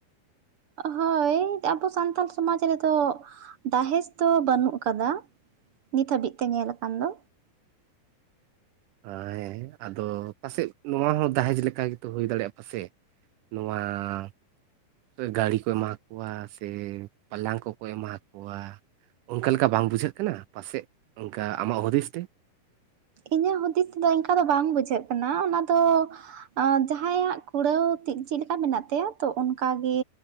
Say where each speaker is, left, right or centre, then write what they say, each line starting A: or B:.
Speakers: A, on the right; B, on the right.
A: ᱦᱳᱭ ᱟᱵᱚ ᱥᱟᱱᱛᱟᱞ ᱥᱚᱢᱟᱡᱽ ᱨᱮᱫᱚ ᱫᱟᱦᱮᱡᱽ ᱫᱚ ᱵᱟᱹᱱᱩᱜ ᱟᱠᱟᱫᱟ᱾ ᱱᱤᱛ ᱦᱟᱹᱵᱤᱡ ᱛᱮ ᱧᱮᱞ ᱟᱠᱟᱱ ᱫᱚ᱾
B: ᱦᱮᱸ ᱟᱫᱚ ᱯᱟᱥᱮᱡ ᱱᱚᱣᱟ ᱦᱚᱸ ᱫᱟᱦᱮᱡᱽ ᱞᱮᱠᱟ ᱜᱮᱛᱚ ᱦᱩᱭ ᱫᱟᱲᱮᱭᱟᱜ-ᱟ ᱯᱟᱥᱮᱡ? ᱱᱚᱣᱟ ᱜᱟᱹᱲᱤ ᱠᱚ ᱮᱢᱟ ᱦᱟᱠᱚᱣᱟ ᱥᱮ ᱯᱟᱞᱟᱝ ᱠᱚᱠᱚ ᱮᱢᱟ ᱦᱟᱠᱚᱣᱟ᱾ ᱚᱱᱠᱟ ᱞᱮᱠᱟ ᱵᱟᱝ ᱵᱩᱡᱷᱟᱹᱜ ᱠᱟᱱᱟ ᱯᱟᱥᱮᱡ ᱚᱱᱠᱟ ᱟᱢᱟᱜ ᱦᱩᱫᱤᱥ ᱛᱮ?
A: ᱤᱧᱟᱹᱜ ᱦᱩᱫᱤᱥ ᱛᱮᱫᱚ ᱤᱱᱠᱟᱹ ᱫᱚ ᱵᱟᱝ ᱵᱩᱡᱷᱟᱹᱜ ᱠᱟᱱᱟ ᱚᱱᱟᱫᱚ ᱟᱸ ᱡᱟᱦᱟᱸᱭᱟᱜ ᱠᱩᱲᱟᱹᱣ ᱛᱤᱜ ᱪᱮᱫ ᱞᱮᱠᱟ ᱢᱮᱱᱟᱜ ᱛᱟᱭᱟ ᱛᱚ ᱚᱱᱠᱟᱜᱮ